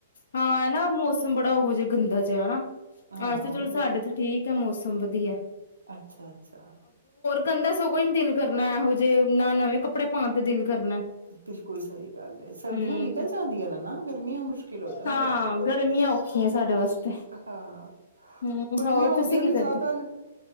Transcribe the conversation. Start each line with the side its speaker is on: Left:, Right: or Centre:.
Left: ਹਾਂ ਹਨ ਨਾ ਮੌਸਮ ਬੜਾ ਉਹ ਜ ਜੇ ਗੰਦਾ ਜਿਹਾ ਨਾ
Right: ਹਾਂ
Left: ਅੱਸ ਚਲੋ
Right: ਉਹੀ ਹੋ
Left: ਸਾਡੇ ਤੇ ਠੀਕ ਹੈ ਮੌਸਮ ਹੂ ਵਧੀਆ
Right: ਅੱਛਾ ਅੱਛਾ
Left: ਕੰੰਧਦਾ ਸਗੋਂ ਈ ਨੀ ਦਿਲ ਕਰਨਾ ਇਹੋ ਜਹੇ ਨਾ ਨਵੇਂ ਕੱਪੜੇ ਪਾਉਣ ਤੇ ਦਿਲ ਕਰਨਾ
Right: ਬਿਲਕੁਲ ਸਹੀ ਗੱਲ ਸਰਦੀਆਂ
Left: ਹਮ
Right: ਨਿਕਲ ਜਾਂਦੀਆਂ ਨੇ ਨਾ ਗਰਮੀਆਂ ਮੁਸ਼ਕਿਲ ਹੋ ਜਾਂਦੀਆਂ
Left: ਹਾਂ
Right: ਹਨ
Left: ਗਰਮੀਆਂ ਔਖੀਆ ਡੇਸਤੇ ਹਮ
Right: ਹਾਂ ਗਰਮੀਆਂ
Left: ਹੋਰ
Right: ਹੁੰਦੀਆਂ
Left: ਤੁਸੀਂ ਕੀ
Right: ਵੀ
Left: ਕਰਦੇ
Right: ਜ਼ਿਆਦਾ ਨੇ